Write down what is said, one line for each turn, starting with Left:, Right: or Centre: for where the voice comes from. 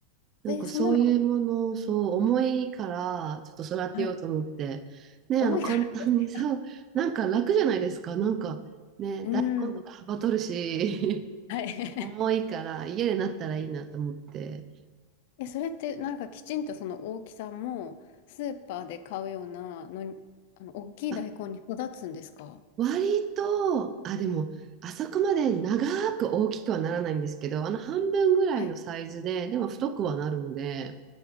Right: なんかそういうものをそう重いからちょっと育てようと思って、
Left: で、そんなのはい。
Right: ね、
Left: 重いから。
Right: あの簡単にさ、
Left: <laughs>
Right: <laughs> なんか楽じゃないですか。なんかね、
Left: うん。
Right: 大根とかはばとるし、
Left: はい。
Right: <laughs> 重いから家でなったらいいなと思って。
Left: <laughs> え、それってなんかきちんとその大きさもスーパーで買うようなのに、あの、大きい大根に育つんですか
Right: あ、割と、あ、でも、あそこまで長く大きくはならないんですけど、あの半分ぐらいのサイズで、
Left: はい
Right: でも太くはなるので、